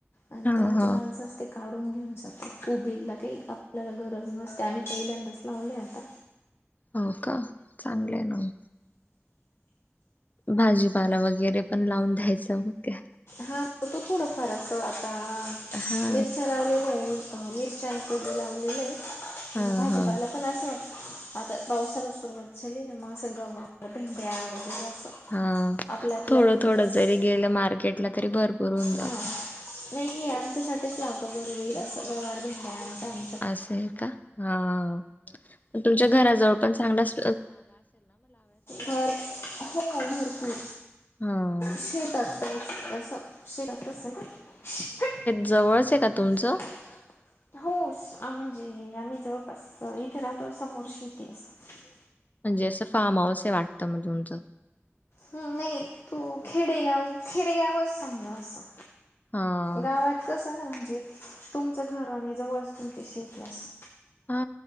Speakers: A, on the left; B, on the left.
A: आणि
B: हा
A: त्यांची
B: हा
A: माणस असते. काढून घेऊन जातात फुबिलला काही आपल्याला गरज नसते आम्ही पहिल्यांदाच लावले आता.
B: हो का चांगलं ना. भाजीपाला वगैरे पण लावून द्यायचं म काय.
A: हा तू थोड फार अस आता
B: हा
A: मिरच्या लावलेल्या आहे. मिरच्या आणि कोबी लावलेले आहे
B: हा
A: म भाजीपाला
B: हा
A: पण असं आता पावसाला सुरवात झाली ना म असं गव्हार भिंड्या वैगेरे असं.
B: हा
A: आपल्या आपल्या
B: थोडं
A: पुरतंच
B: थोड जरी गेलं मार्केटला तरी भरपूर होऊन
A: हां
B: जातं.
A: नाही हे आमच्यासाठीच लावतो घरी हो येईल असं गवार भेंड्या आहे आमचा आम
B: असं आहे का हा पण तुमच्या घराजवळ पण चांगलाच
A: भर हो भरपूर.
B: हा
A: शेतातच असं शेतातच आहे. शेत
B: जवळच
A: जवळचे
B: आहे तुमचं
A: का तुमचं? हो म्हणजे आम्ही जवळपास इथे राहतो समोर शेती असते.
B: म्हणजे असं फार्म हाऊस आहे वाटतं मग तुमचं.
A: हम्म नाही तू खेडेगाव खेडेगावच समजा असं.
B: हा
A: गावात कस ना म्हणजे तुमच घर आणि जवळच तुमची शेती असं.
B: हा